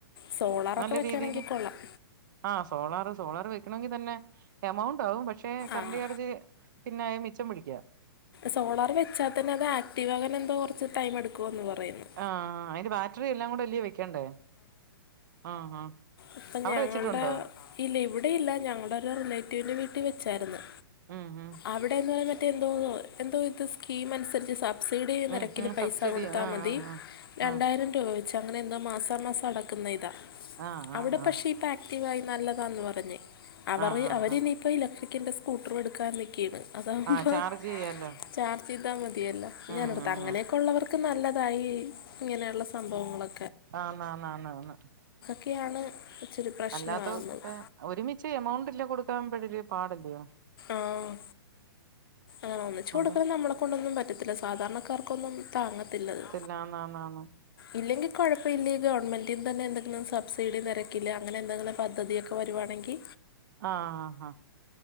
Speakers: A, on the left; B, on the right.
A: സോളാറൊക്കെ
B: നല്ല
A: വെക്കാണെങ്കി
B: രീതിയില്
A: കൊള്ളാം
B: ആഹ് സോളാറ് സോളാർ വെക്കണോങ്കി തന്നെ എമൗണ്ട് ആവും പക്ഷെ കറന്റ്
A: ആ
B: ചാർജ് പിന്നെ അത് മിച്ചം പിടിക്കാ
A: സോളാർ വെച്ചാ തന്നെ അത് ആക്റ്റീവ് ആകാൻ എന്തോ കൊറച്ച് ടൈം എടുക്കൂന്ന് പറയ്യ്ന്ന്
B: ആഹ് അയിന്റെ ബാറ്ററി എല്ലാം കൂടല്ലേ വെക്കണ്ടേ ആഹ് ആഹ്
A: അപ്പൊ
B: അവിടെ
A: ഞങ്ങളുടെ
B: വെച്ചിട്ടുണ്ടോ
A: ഇല്ല ഇവിടെ ഇല്ല ഞങ്ങടെ ഒരു റിലേറ്റീവിന്റെ വീട്ടി വെച്ചാരുന്നു
B: ഉം ഉം
A: അവിടേന്ന് പറഞ്ഞ മറ്റേ എന്തോന്നോ എന്തോ ഇത് സ്കീം അനുസരിച്ച് സാ സബ്സിഡി നിരക്കിന്
B: ഉം ഉം
A: പൈസ
B: സബ്സിഡി
A: കൊടുത്താ
B: ആഹ്
A: മതി
B: ആഹ്
A: രണ്ടായിരം
B: ആഹ്
A: രൂപ വെ വെച്ച് അങ്ങനെ എന്തോ മാസാ മാസം അടക്കുന്ന ഇതാ
B: ആഹ്
A: അവിടെ
B: ആഹ്
A: പക്ഷെ ഇപ്പ ആക്റ്റീവായി നല്ലതാന്ന് പറഞ്ഞ് അവർ
B: ആഹ് ആഹ്
A: അവര്
B: ആഹ്
A: ഇനിപ്പോ ഇലക് അപ്പൊക്കിന്റെ സ്കൂട്ടർ എടുക്കാൻ നിക്കെയാണ് അതാവുമ്പോ
B: ആഹ് ചാർജ് ചെയ്യാലോ
A: ചാർജ് ചെയ്താൽ മതിയല്ലോ <unintelligible>
B: ഉം ഉം
A: അങ്ങനെ
B: ഉം
A: ഒക്കെ ഉള്ളവർക്ക് നല്ലതാ ഈ ഇങ്ങനെയുള്ള സംഭവങ്ങളൊ
B: ആന്ന് ആന്ന് ആന്ന് ആന്ന്
A: ക്കെയാണ് ഇച്ചിരി പ്രശ്നമാകുന്നത്.
B: അല്ലാത്തവർക്കൊക്കെ ഒരുമിച്ച് എമൗണ്ട് ഇല്ല കൊടുക്കാൻ പെടലിയ പാടല്ലിയോ?
A: ആഹ് ആഹ് ഒന്നിച്ച് കൊടുക്കാൻ
B: അത്
A: നമ്മളെകൊണ്ടൊന്നും പറ്റത്തില്ല. സാധാരണ ക്കാർക്കൊന്നും താങ്ങത്തില്ലത്.
B: ആന്ന് ആന്ന് ആന്ന്
A: ഇല്ലെങ്കിൽ കുഴപ്പയില്ലി ഈ ഗവണ്മെന്റീന്നു തന്നെ എന്തെങ്കിലും സബ്‌സിടി നിരക്കില് അങ്ങനെ എന്തെങ്കിലും പദ്ധതി വരൂവാണെങ്കി
B: ആഹ് ആഹ് ആഹ്